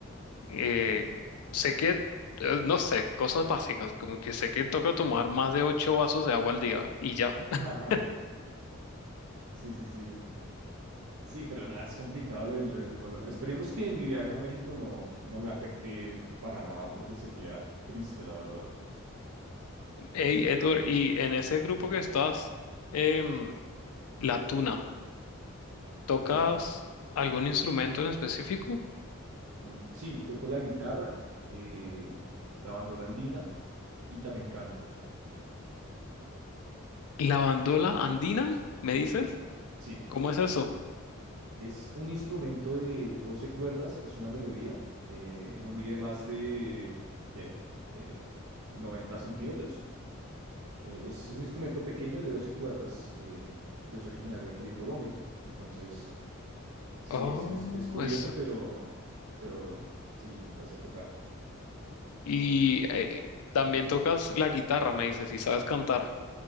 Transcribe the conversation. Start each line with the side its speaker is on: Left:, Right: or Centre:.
Left: Eh, sé que, eh, no sé, cosas básicas, como que sé que toca tomar más de ocho vasos de agua al día y ya.
Right: <laughs>
Left: <laughs>
Right: Ajá, sí, sí, sí. Sí, pero nada, es complicado lo del, lo del colon. Esperemos que en mi viaje a México no, no me afecte para nada porque sería triste, la verdad.
Left: Hey, Edward, y en ese grupo que estás, em, la tuna, ¿tocas
Right: Sí.
Left: algún instrumento en específico?
Right: Mm, Sí, toco la guitarra, eh, la bandola andina y también canto.
Left: ¿La bandola andina? ¿Me dices?
Right: Sí,
Left: ¿Cómo es eso?
Right: es un instrumento de 12 cuerdas, es una melodía, eh, no mide más de ¿qué? Eh, 90 centímetros. Eh, es, es un instrumento pequeño de 12 cuerdas eh, que es originario aquí de Colombia. Entonces, sí,
Left: Oh,
Right: es, es, es curioso,
Left: es...
Right: pero, pero sí, lo sé tocar.
Left: Y eh, también tocas la guitarra, me dices, y sabes cantar.